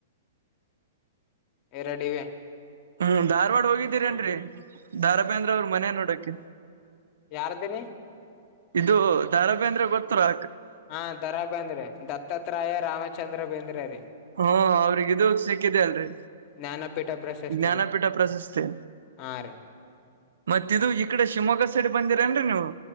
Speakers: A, on the left; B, on the right.
A: ಎರಡಿವೆ.
B: ಹ್ಮ್ ಧಾರ್ವಾಡ ಹೋಗಿದ್ದೀರೇನ್ರಿ
A: ಹ್ಮ್
B: ಧಾರಬೇಂದ್ರ ಅವ್ರ ಮನೆ ನೋಡಕೆ.
A: ಯಾರ್ದರಿ.
B: ಇದು ಧಾ ರಾ ಬೆಂದ್ರೆ ಗೊತ್ತಲಾ.
A: ಹಾ ದ ರಾ ಬೇಂದ್ರೆ ದತ್ತಾತ್ರಾಯ ರಾಮಚಂದ್ರ ಬೇಂದ್ರೆ ರೀ.
B: ಹಾ ಅವ್ರಿಗ್ ಇದು ಸಿಕ್ಕಿದೆ ಅಲ್ರಿ.
A: ಜ್ಞಾನಪೀಠ ಪ್ರಶಸ್ತಿ
B: ಜ್ಞಾನಪೀಠ
A: ರೀ
B: ಪ್ರಶಸ್ತಿ.
A: ಹಾ ರೀ
B: ಮತ್ತ ಇದು ಈ ಕಡೆ ಶಿವಮೊಗ್ಗ ಸೈಡ್ ಬಂದಿರೇನ್ರಿ ನೀವು